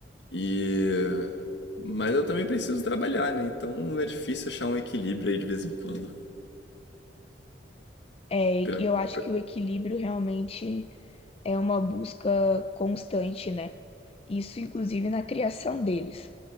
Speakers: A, on the left; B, on the left.
A: E mas eu também preciso trabalhar, né? Então é difícil achar um equilíbrio aí de vez em quando.
B: É, e
A: Pra-
B: eu acho
A: pra-
B: que o equilíbrio realmente é uma busca constante, né? Isso, inclusive, na criação deles.